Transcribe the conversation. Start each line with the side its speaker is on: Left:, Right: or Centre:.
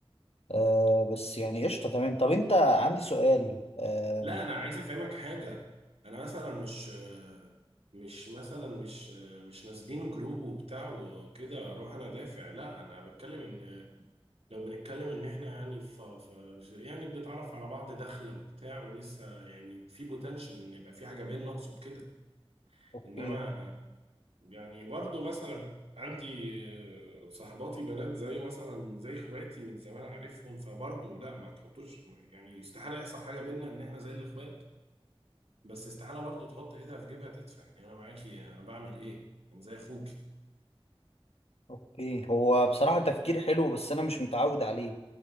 Left: آه بس يعني قشطة تمام طب انت عندي سؤال آه
Right: لا أنا عايز أفهمك حاجة أنا مثلا مش آه، مش مثلا مش آه، مش نازلين جروب وبتاع وكده أروح أنا دافع لا أنا بتكلم إن لو بنتكلم إن إحنا يعني ف... ف... يعني بنتعرف على بعض داخلة وبتاع ولسه يعني في بوتنشال إن يبقى في حاجة بيننا أقصد كده
Left: اوكي
Right: انما يعني برضو مثلا عندي آه، صاحباتي بنات زي مثلا زي اخواتي من زمان عارفهم فبرضو لا ما تحطوش يعني استحالة يحصل حاجة بينا ان احنا زي الاخوات بس استحالة برضو تحط ايدها في جيبها تدفع يعني انا معاكي انا بعمل ايه انا زي اخوك
Left: اوكي هو بصراحة تفكير حلو بس انا مش متعود عليه